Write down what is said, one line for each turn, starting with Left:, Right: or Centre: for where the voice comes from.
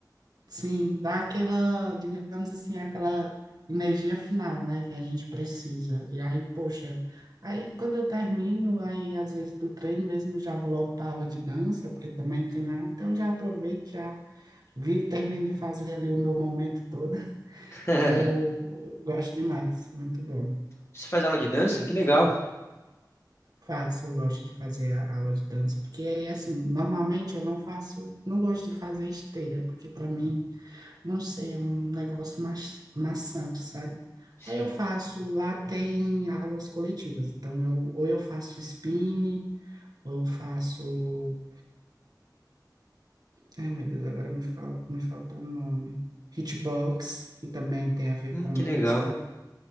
Right: Sim, dá aquela, digamos assim, aquela energia final, né, que a gente precisa. E aí, poxa, aí quando eu termino, aí às vezes do treino mesmo eu já vou logo para aula de dança, porque também tem lá. Então já aproveito, já vi, termino de fazer ali o meu momento todo.
Left: <laughs>
Right: E eu gosto demais, muito bom.
Left: Você faz aula de dança? Que legal.
Right: Faço, eu gosto de fazer a aula de dança, porque aí, assim, normalmente eu não faço, não gosto de fazer esteira, porque para mim, não sei, é um negócio maç- maçante, sabe?
Left: Sim.
Right: Aí eu faço, lá tem aulas coletivas, então eu, ou eu faço spin, ou eu faço, ai meu Deus, agora me fala, me faltou o nome, hitbox, que também tem a ver
Left: Hum,
Right: com
Left: que
Right: música,
Left: legal.